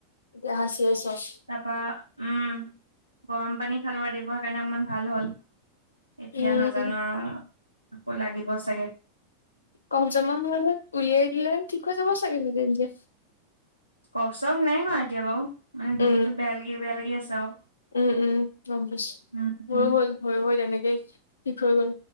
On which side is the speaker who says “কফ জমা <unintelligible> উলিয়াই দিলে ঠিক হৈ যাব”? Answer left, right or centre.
Left